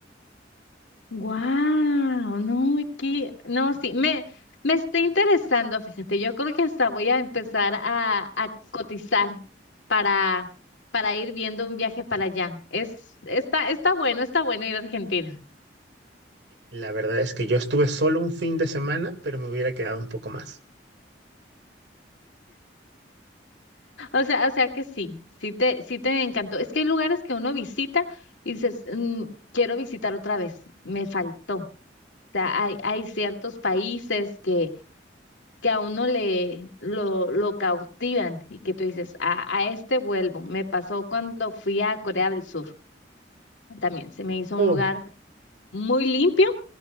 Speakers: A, on the left; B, on the right.
A: Wow, no, aquí, no, sí, me, me está interesando, fíjate, yo creo que hasta voy a empezar a, a cotizar para, para ir viendo un viaje para allá. Es, está, está bueno, está bueno ir a Argentina.
B: La verdad es que yo estuve solo un fin de semana, pero me hubiera quedado un poco más.
A: O sea, o sea que sí, sí te, sí te encantó. Es que hay lugares que uno visita y dices, "Mm, quiero visitar otra vez, me faltó. O sea, hay, hay ciertos países que, que a uno le lo, lo cautivan y que tú dices, a, a este vuelvo. Me pasó cuando fui a Corea del Sur también. Se me hizo
B: Oh,
A: un lugar muy limpio,